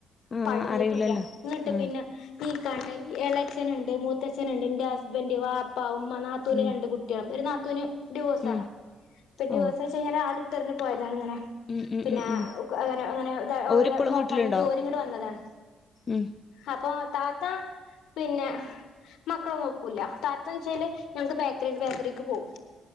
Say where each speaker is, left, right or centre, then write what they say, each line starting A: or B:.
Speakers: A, on the left (about 40°); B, on the left (about 80°).
A: ആഹ്
B: പഠിഞ്ഞിട്ടില്ല
A: അറിയൂലല്ലോ
B: ഇന്നിട്ട്
A: ആഹ്
B: പിന്നെ ഈ കണ്ട ഈ എളച്ഛൻ ഇണ്ട് മൂത്തച്ഛനുണ്ട് ന്റെ ഹസ്ബൻഡ് വാപ്പ ഉമ്മ നാ ത്തൂന്
A: ഉം
B: രണ്ട് കുട്ട്യാള് ഒരു നാത്തൂന് ഡിവോഴ്സാണ്
A: ഉം
B: ഇപ്പ ഡിവോഴ്‌സ്
A: ഓഹ്
B: ച്ച് ആളിട്ടെറിഞ്ഞ് പോയതാണ് ഇങ്ങനെ
A: ഉം ഉം
B: പിന്നെ
A: ഉം
B: അ
A: ഉം
B: ഉക്ക് അങ്ങനെ അങ്ങനെ ത്
A: ഓരിപ്പളും
B: ഓര് നോക്കാഞ്ഞിട്ട്
A: വീട്ടിലുണ്ടോ
B: ഓര് ഇങ്ങട് വന്നതാണ്
A: ഉം
B: അപ്പൊ താത്ത പിന്നെ മക്കളെ നോക്കൂല താത്തന്ന്ച്ചാല് ഞങ്ങക്ക് ബേക്കറിണ്ട് ബേക്കറിക്ക് പോവും